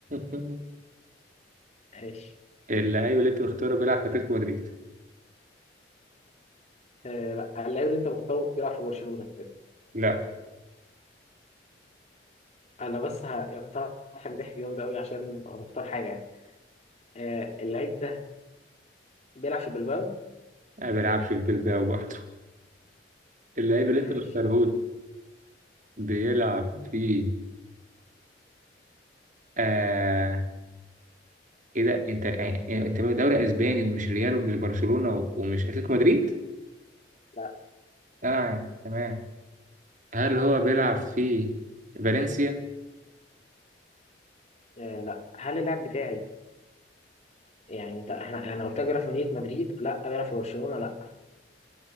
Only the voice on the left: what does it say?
ماشي
آه، لا اللعيب اللي انت مختاره بيلعب في برشلونه كده
انا بس ه- هقترحك ضحك جامد قوي عشان مختار حاجه يعني آه، اللعيب ده بيلعب في بلباو؟
ماشي
لا
آه، لا هل اللاعب بتاعي يعني انت احنا انا قلت لك بيلعب في مدينة مدريد لا بيلعب في برشلونة لا